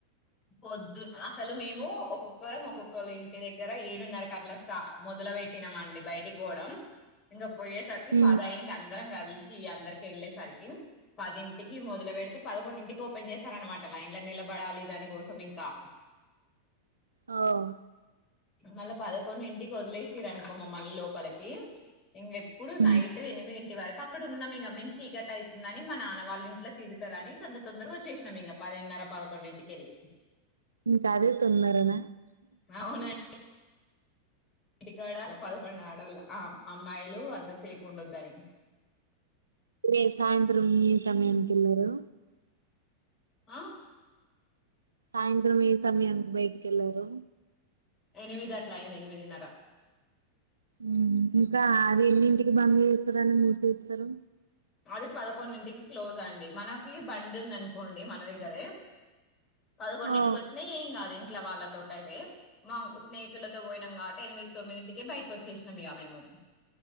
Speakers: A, on the left; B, on the right.
A: పొద్దున్న అసలు మేము ఒక్కొక్కరం ఒక్కొక్కరు ఇంటి దగ్గర ఏడున్నారు కల్లా స్టా మొదలు పెట్టామండి బయటికి పోవడం ఇంకా పోయేసరికి
B: హ్మ్.
A: పదయింది అ అందరం కలిసి అందరికి వెళ్ళేసరికి పదింటికి మొదలు పెడితే పదకోండింటికి ఓపెన్ చేసారన్నమాట లైన్లో నిలబడాలి దానికోసం ఇంకా
B: ఆ వు
A: మళ్ల పదకొడింటికి ఒదిలేసరి అనుకో మమ్మల్ని లోపలకి ఇంగేప్పుడు
B: హ్మ్.
A: నైట్ ఎనిమిదింటి వరకు క అక్కడున్నం ఇగ మేము చీకటయితుందని మా నాన్న వాళ్ళ ఇంట్లో తిడతరని తొందర తొందర వోచ్చేశినమ్ ఇగ పదిన్నర పదకొండింటికెళ్ళి
B: ఇంకా అదే తొందరన
A: అవునన్ ఇక్కడ పదకొండు ఆడోళ్ళ ఆ అమ్మాయిలు అంత సేపు ఉండొద్దు అని
B: మీరు సాయంత్రం ఈ సమయానికెళ్లారా
A: ఆ
B: సాయంత్రం ఏ సమయానికి బయటకెళ్లారు.
A: ఎనిమిది అట్లఅయ్యింది ఎనిమిదిన్నర
B: ఉ ఇంకా అది ఎన్నింటికి బంద్ చేస్తారూ అని మూసేస్తరు.
A: అది పదకొండింటికి క్లోజ్ అండి మనకి బండి ఉంది అనుకోండి మన దగ్గరే పదకొండింటికి
B: ఓ
A: ఒచ్చినా ఏం గాదు ఇంట్లో వాళ్లతోటి అయితే మాంక్ స్నేహితులతో బోయినం కావట్టి ఎనిమిది తొమ్మిదింటికే బయటకు ఒచ్చేశినం ఇగ మేము